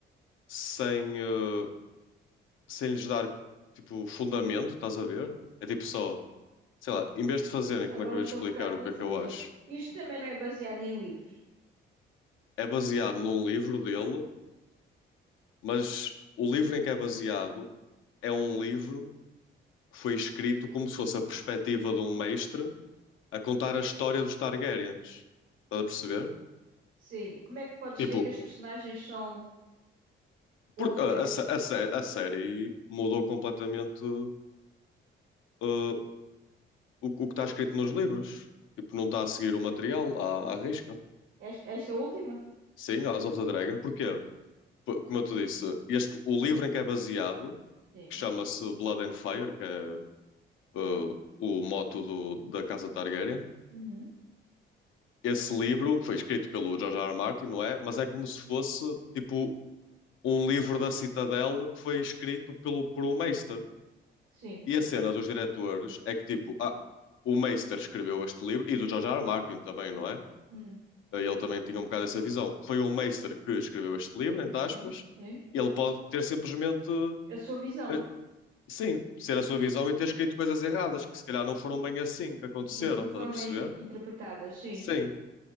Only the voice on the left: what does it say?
sem, uh, sem lhes dar tipo fundamento, estás a ver? É tipo só, sei lá, em vez de fazerem, como
é que eu
ia te explicar
o
que é que eu acho?
É baseado num livro dele, mas o livro em que é baseado é um livro que foi escrito como se fosse a perspectiva de um mestre a contar a história dos Targaryens. Estás a perceber?
Tipo,
porque a, a, sé- a sé- a série mudou completamente uh, o, o que está escrito nos livros. Tipo, não está a seguir o material à, à risca.
Sim, House of the Dragon. Porquê? P- Como eu te disse, este, o livro em que é baseado,
que chama-se Blood and Fire, que é uh, o moto do- da Casa Targaryen,
esse livro foi escrito pelo George R. R. Martin, não é? Mas é como se fosse tipo um livro da Citadel que foi escrito pelo, por um Meister.
E a cena dos diretores é que tipo, ah, o Meister escreveu este livro e do George R. R. Martin também, não é?
Eh, Ele também tinha um bocado essa visão. Foi o Meister que escreveu este livro, entre
aspas.
Ele pode ter simplesmente,
eh, sim, ser a sua visão e ter escrito coisas erradas que se calhar não foram bem assim que aconteceram,
estás
a perceber?
Sim.